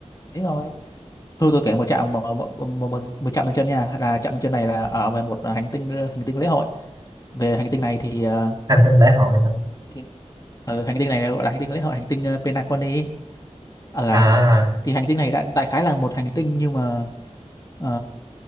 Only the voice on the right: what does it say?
thành tâm lễ hội hả?
À,